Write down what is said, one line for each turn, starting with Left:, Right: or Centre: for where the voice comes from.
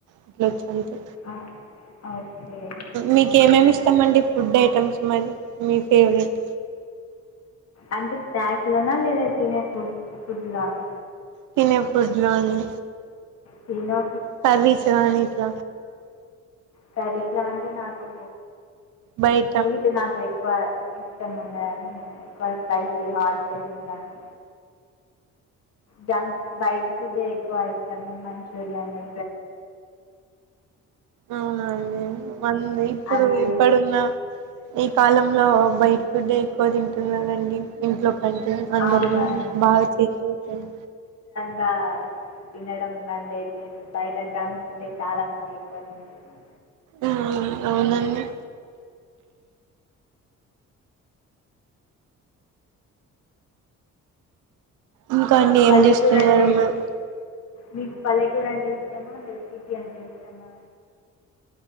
Right: ఇట్లా వచ్చి అంతే
Left: ఆ, ఓకే
Right: మీకు
Left: అవునా
Right: ఏమేమి
Left: అండి
Right: ఇస్తామండి ఫుడ్ ఐటమ్స్ మరి మీ ఫేవరెట్
Left: అంటే లోనా లేదా తిన ఫుడ్ ఫుడ్ లోనా
Right: తిని ఫుడ్ లో అండి
Left: తిను
Right: కర్రీ కానీ ఇట్ల
Left: కర్రీస్ లో అంటే నాకు
Right: బయట
Left: వీటు నాకు ఎక్కువ ఇష్టం ఉండదని నేను ఎక్కువ స్పైసి హార్ట్ చే తింటాను జంక్ బైడ్ ఫుడ్ ఎక్కువ ఇష్టం మంచి బిర్యానీ
Right: అవునండి మ ఇప్పుడు
Left: అది
Right: ఇప్పుడున్న ఈ కాలంలో బైట్ ఫుడ్ ఎక్కువ తింటున్నారండి ఇంట్లో అంటే అందరు
Left: అవునండి
Right: కూడా బాగా చేయలుగుతారు
Left: ఇ తినడం బంద్ అయితుంది బయట జంక్ ఫుడ్ ఉంటే చాలా మంది ఎక్కువ తింటున్నారు
Right: ఆ అవునండి ఇంకా
Left: మీకు
Right: అండి ఏం
Left: పల్లెటూరు
Right: చేస్తున్నారున్నారు
Left: అంటే మీకు పల్లెటూరు అంటే ఇష్టమా లేదా సిటీ అంటే ఇష్టం ఆ